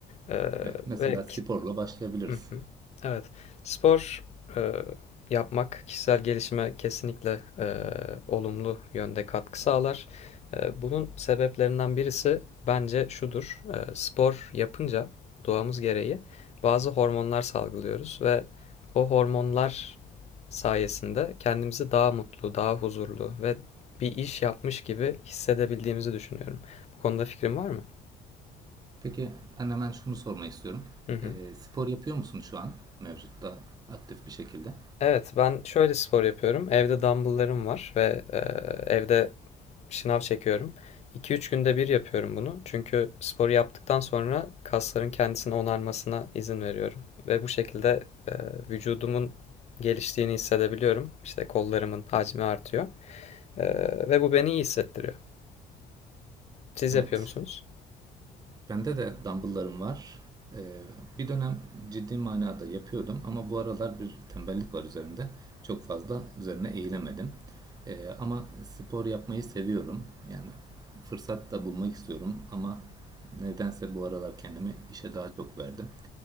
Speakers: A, on the left; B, on the right.
A: E,
B: Evet, mesela
A: ve
B: sporla başlayabiliriz.
A: Hı hı. evet, spor e, yapmak kişisel gelişime kesinlikle e, olumlu yönde katkı sağlar. E, bunun sebeplerinden birisi bence şudur. E, spor yapınca doğamız gereği bazı hormonlar salgılıyoruz ve o hormonlar sayesinde kendimizi daha mutlu, daha huzurlu ve bir iş yapmış gibi hissedebildiğimizi düşünüyorum. Bu konuda fikrin var mı?
B: Peki ben hemen şunu sormak istiyorum.
A: Hı hı.
B: Ee, spor yapıyor musun şu an mevcutta aktif bir şekilde?
A: Evet, ben şöyle spor yapıyorum. Evde dumbbell'larım var ve e, evde şınav çekiyorum. 2 üç günde bir yapıyorum bunu. Çünkü sporu yaptıktan sonra kasların kendisini onarmasına izin veriyorum. Ve bu şekilde e, vücudumun geliştiğini hissedebiliyorum. İşte kollarımın hacmi artıyor. E, ve bu beni iyi hissettiriyor. Siz yapıyor
B: Evet.
A: musunuz?
B: Bende de dumbbell'larım var. Ee, bir dönem ciddi manada yapıyordum ama bu aralar bir tembellik var üzerimde. Çok fazla üzerine eğilemedim. Ee, ama spor yapmayı seviyorum. Yani fırsat da bulmak istiyorum ama nedense bu aralar kendimi işe daha çok verdim.